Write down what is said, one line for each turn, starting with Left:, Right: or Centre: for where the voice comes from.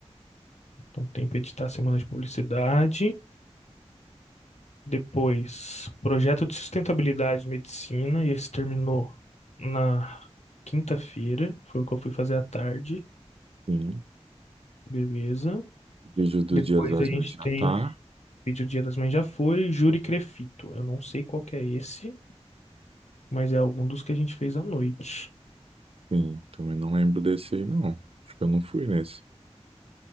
Left: Então, tem para editar Semana de Publicidade. Depois, projeto de sustentabilidade e medicina, e esse terminou na quinta-feira, foi o que eu fui fazer à tarde,
Right: Sim.
Left: beleza.
Right: Vídeo do
Left: Depois
Right: Dia das
Left: a gente
Right: Mães já
Left: tem
Right: tá.
Left: vídeo Dia das Mães já foi, júri Crefito. Eu não sei qual que é esse, mas é algum dos que a gente fez à noite.
Right: Sim, também não lembro desse aí, não. Acho que eu não fui nesse.